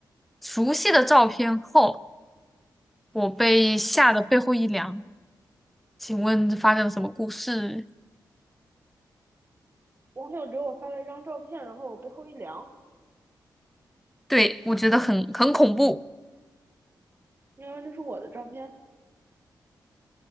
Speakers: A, in the centre; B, on the right.
A: 熟悉的照片后，我被吓得背后一凉。请问发生了什么故事？
B: 网友给我发了一张照片，然后我背后一凉，
A: 对，我觉得很很恐怖。
B: 因为那是我的照片，